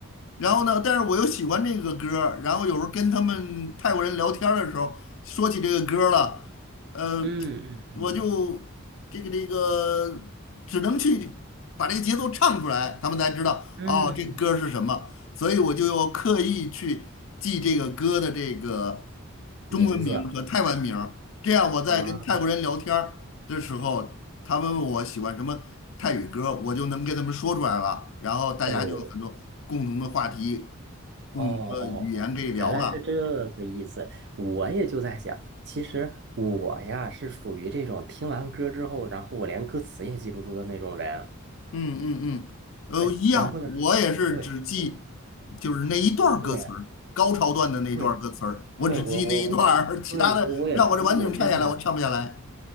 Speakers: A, on the left (about 60°); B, on the right (about 50°).
A: 然后呢，但是我又喜欢这个歌儿然后有时候跟他们泰国人聊天儿的时候说起这个歌儿了。呃，
B: 嗯嗯嗯
A: 我就这个这个只能去把这个节奏唱出来，他们才知道哦，
B: 嗯，
A: 这歌儿是什么。所以我就要刻意去记这个歌的这个
B: 名字
A: 中文名和泰文名儿这样我在跟泰国人聊天儿的时候，
B: 啊，
A: 他们问我喜欢什么泰语歌，我就能跟他们说出来了，然后大家就有很多共同的话题、
B: 哦。
A: 共同的语言可以聊了。
B: 哦哦哦，原来是这个意思。我也就在想，其实我呀是属于这种听完歌之后，然后我连歌词也记不住的那种人。
A: 嗯嗯嗯，呃，
B: 对，
A: 一样，
B: 然后呢，
A: 我也是只记
B: 对，我
A: 就是那一段儿歌词儿，
B: 对
A: 高潮段的那一段儿歌词儿，
B: 对
A: 我只记那一段儿，
B: 因为我我我我，
A: <laughs> 其他的让我这完整唱下来，
B: 对我我也记不住，真的。
A: 我唱不下来。